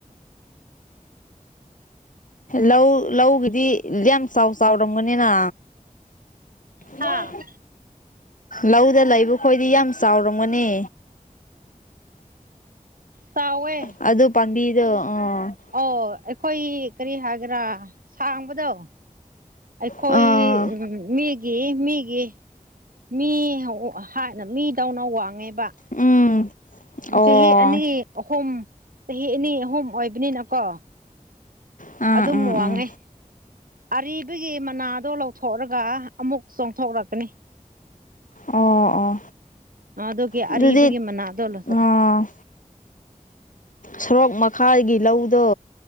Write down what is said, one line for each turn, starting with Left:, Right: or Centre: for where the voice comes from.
Left: ꯂꯧ ꯂꯧꯒꯤꯗꯤ ꯌꯥꯝ ꯌꯥꯝ ꯆꯥꯎ ꯆꯥꯎꯔꯝꯒꯅꯤꯅ
Right: ꯍꯥ
Left: ꯅꯣꯏ ꯂꯧꯗ ꯂꯩꯕ ꯈꯣꯏꯗꯤ ꯌꯥꯝ ꯆꯥꯎꯔꯝꯒꯅꯤ
Right: ꯆꯥꯎꯋꯦ
Left: ꯑꯗꯨ ꯄꯥꯝꯕꯤꯗꯣ ꯑꯥ
Right: ꯑꯣ ꯑꯩꯈꯣꯏ ꯑꯥ ꯀꯔꯤ ꯍꯥꯏ ꯒꯦꯔꯥ ꯁꯥꯡꯕꯗꯣ ꯑꯩꯈꯣꯏ
Left: ꯑꯥ
Right: ꯃꯤ ꯃꯤꯒꯤ ꯃꯤꯒꯤ ꯃꯤꯅ ꯃꯤꯗꯧꯅ ꯋꯥꯡꯉꯦꯕ
Left: ꯎꯝ ꯑꯣ
Right: ꯆꯍꯤ ꯑꯅꯤ ꯑꯍꯨꯝ ꯆꯍꯤ ꯑꯅꯤ ꯑꯍꯨꯝ ꯑꯣꯏꯕꯅꯤꯅꯀꯣ
Left: ꯎꯝ
Right: ꯑꯗꯨꯝ
Left: ꯎꯝ
Right: ꯋꯥꯡꯉꯦ
Left: ꯎꯝ
Right: ꯑꯔꯤꯕꯒꯤ ꯃꯅꯥꯗꯣ ꯂꯧꯊꯣꯛꯑꯒ ꯑꯃꯨꯛ ꯆꯣꯡꯊꯣꯛꯂꯛꯀꯅꯤ
Left: ꯑꯣ ꯑꯣ
Right: ꯑꯗꯨꯒꯤ
Left: ꯑꯗꯨꯗꯤ
Right: ꯑꯔꯤꯕꯒꯤ ꯃꯅꯥꯗꯣ ꯂꯧꯊꯣꯛ
Left: ꯑꯥ ꯁꯣꯔꯣꯛ ꯃꯈꯥꯒꯤ ꯂꯧꯗꯣ